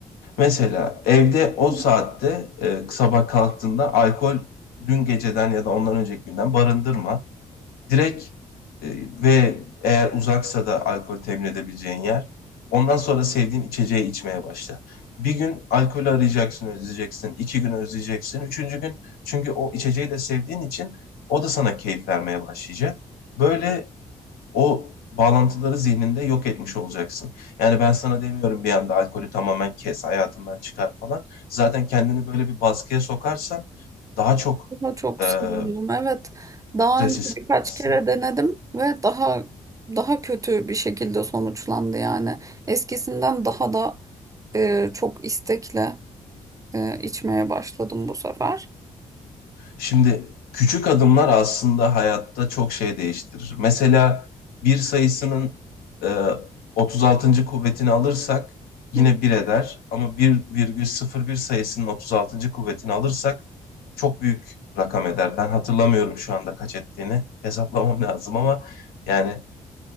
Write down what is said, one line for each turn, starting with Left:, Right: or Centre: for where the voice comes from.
Left: Mesela evde o
Right: <laughs>
Left: saatte e, sabah kalktığında alkol dün geceden ya da ondan önceki günden barındırma. Direkt e, ve eğer uzaksa da alkol temin edebileceğin yer. Ondan sonra sevdiğin içeceği içmeye başla. Bir gün alkolü arayacaksın, özleyeceksin. iki gün özleyeceksin. Üçüncü gün çünkü o içeceği de sevdiğin için o da sana keyif vermeye başlayacak. Böyle o bağlantıları zihninde yok etmiş olacaksın. Yani ben sana demiyorum bir anda alkolü tamamen kes, hayatından çıkar falan. Zaten kendini böyle bir baskıya sokarsan daha çok
Right: Daha çok
Left: eee
Right: sarılıyorum. Evet. Daha
Left: stres
Right: önce
Left: hissedersin.
Right: birkaç kere denedim ve daha daha kötü bir şekilde sonuçlandı yani. Eskisinden daha da e, çok istekle e, içmeye başladım bu sefer.
Left: Şimdi küçük adımlar aslında hayatta çok şey değiştirir. Mesela bir sayısının eee 36. kuvvetini alırsak yine
Right: Hı.
Left: bir eder. Ama bir virgül sıfır bir sayısının 36. kuvvetini alırsak çok büyük rakam eder. Ben hatırlamıyorum şu anda kaç ettiğini. Hesaplamam <laughs> lazım ama yani